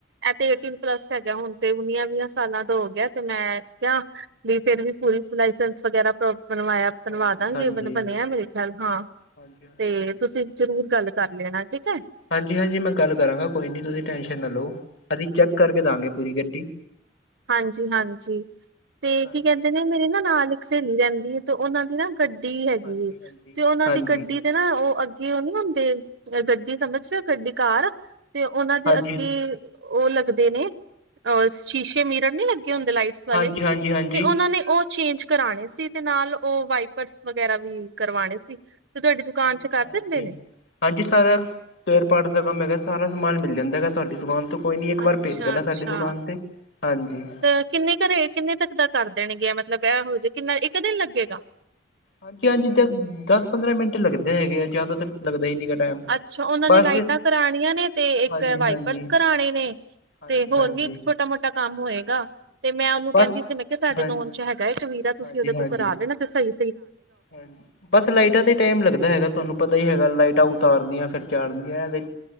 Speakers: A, on the right (about 70°); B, on the left (about 70°).
A: ਇਹ ਤੇ ਏਟੀਨ ਪਲੱਸ ਹੈਗਾ ਹੁਣ ਤੇ ਉਨਿਆਂ ਵੀਹਾ। ਸਾਲਾਂ ਦਾ ਹੋ ਗਿਆ, ਤੇ ਮੈਂ ਕਿਹਾ ਵੀ ਫੇਰ ਵੀ <unintelligible> ਲਾਇਸੈਂਸ ਵਗੈਰਾ ਬਣਵਾਇਆ ਬਣਵਾ
B: ਹਾਂਜੀ
A: ਦਾਂਗੇ
B: ਹਾਂਜੀ
A: ਬਣ ਬਣਿਆ ਮੇਰੇ ਖਿਆਲ, ਹਾਂ
B: ਹਾਂਜੀ ਹਾਂਜੀ
A: ਤੇ ਤੁਸੀਂ ਜ਼ਰੂਰ ਗੱਲ। ਕਰ ਲੈਣਾ ਠੀਕ ਹੈ।
B: ਹਾਂਜੀ-ਹਾਂਜੀ, ਮੈਂ ਗੱਲ ਕਰਾਂਗਾ ਕੋਈ ਨਹੀਂ ਤੁਸੀਂ ਟੈਸ਼ਨ ਨਾ ਲਓ ਅਸੀਂ ਚੈੱਕ ਕਾਰਕੇ ਦਾਂਗੇ ਪੂਰੀ ਗੱਡੀ।
A: ਹਾਂਜੀ-ਹਾਂਜੀ, ਤੇ
B: ਹਾਂਜੀ
A: ਕੀ ਕਹਿੰਦੇ ਨੇ ਮੇਰੇ ਨਾ ਨਾਲ ਇੱਕ ਸਹੇਲੀ ਰਹਿੰਦੀ ਹੈ ਤੇ ਉਹਨਾਂ ਦੀ ਨਾ ਗੱਡੀ ਹੈਗੀ,
B: ਹਾਂਜੀ ਹਾਂਜੀ
A: ਤੇ ਉਹਨਾਂ
B: ਹਾਂਜੀ
A: ਦੀ ਗੱਡੀ ਦੇ ਨਾ ਉਹ ਅੱਗੇ ਉਹ ਨੀ ਹੁੰਦੇ। ਗੱਡੀ ਸਮਝ ਰੇਓ ਗੱਡੀ ਕਾਰ ਤੇ ਉਹਨਾਂ ਦੇ
B: ਹਾਂਜੀ
A: ਅੱਗੇ, ਉਹ ਲੱਗਦੇ ਨੇ ਅ ਸ਼ੀਸ਼ੇ ਮਿਰਨ ਨੀ ਲੱਗੇ। ਹੁੰਦੇ ਲਾਈਟਸ ਵਾਲੇ
B: ਹਾਂਜੀ ਹਾਂਜੀ ਹਾਂਜੀ
A: ਤੇ ਉਹਨਾਂ ਨੇ ਉਹ ਚੇਂਜ ਕਰਾਣੇ ਸੀ, ਤੇ ਨਾਲ ਉਹ ਵਾਈਪਰਸ ਵਗੈਰਾ ਵੀ ਕਰਵਾਣੇ ਸੀ। ਤੁਹਾਡੀ ਦੁਕਾਨ
B: ਅੱਛਾ
A: ਚ ਕਰ
B: ਹਾਂਜੀ-ਹਾਂਜੀ,
A: ਦਿੰਦੇ ਨੇ?
B: ਸਾਰਾ ਸਪੈਰ ਪਾਰਟ ਦਾ ਕੰਮ ਹੈਗਾ। ਸਾਰਾ ਸਮਾਨ ਮਿਲ ਜਾਂਦਾ ਹੈਗਾ, ਸਾਡੀ ਦੁਕਾਨ ਤੋਂ ਕੋਈ ਨਹੀਂ ਇੱਕ ਵਾਰ
A: ਅੱਛਾ-ਅੱਛਾ,
B: ਭੇਜ ਦੇਣਾ ਸਾਡੀ ਦੁਕਾਨ 'ਤੇ ਹਾਂਜੀ
A: ਤੇ ਕਿੰਨੇ ਘਰੇ ਕਿੰਨੇ ਤੱਕ ਦਾ ਕਰ, ਦੇਣਗ ਮਤਲਬ ਏ ਹੋਜੇ ਕਿੰਨਾ ਇੱਕ ਦਿਨ ਲੱਗੇਗਾ।
B: ਹਾਂਜੀ-ਹਾਂਜੀ, ਦ ਦਸ ਪੰਦਰਾਂ ਮਿੰਟ ਲੱਗਦੇ ਹੈਗੇ, ਆ ਜ਼ਿਆਦਾ ਤੇ ਲੱਗਦੇ ਨੀ <unintelligible>
A: ਅੱਛਾ ਉਹਨਾਂ
B: ਬਸ
A: ਨੇ ਲਾਈਟਾਂ ਕਰਾਉਣੀਆਂ, ਨੇ ਤੇ ਇੱਕ
B: ਹਾਂਜੀ-ਹਾਂਜੀ,
A: ਵਾਈਪਰਸ ਕਰਾਣੇ ਨੇ।
B: ਹਾਂਜੀ-ਹਾਂਜੀ
A: ਤੇ ਹੋਰ ਵੀ ਇੱਕ ਛੋਟਾ ਮੋਟਾ ਕੰਮ ਹੋਏਗਾ, ਤੇ ਮੈਂ ਉਹਨੂੰ
B: ਬਸ
A: ਕਹਿੰਦੀ ਸੀ ਮੈਂ ਕਿਹਾ ਸਾਡੇ
B: ਹਾਂਜੀ,
A: ਨੋਨ ਚ ਹੈਗਾ ਇੱਕ ਵੀਰ। <unintelligible>
B: ਹਾਂਜੀ-ਹਾਂਜੀ,
A: ਤੁਸੀਂ ਉਹਦੇ ਕੋਲ ਕਰਾ
B: ਹਾਂਜੀ
A: ਲੇ ਨਾ ਤੇ ਸਹੀ
B: ਹਾਂਜੀ, ਬਸ ਲਾਈਟਾਂ ਤੇ ਟੈਮ ਲੱਗਦਾ ਹੈਗਾ ਤੁਹਾਨੂੰ ਪਤਾ। ਹੀ ਹੈਗਾ ਲਾਈਟਾਂ ਉਤਾਰਨਿਆਂ ਫਿਰ ਚਾੜਨੀਆਂ ਇਹ ਤੇ,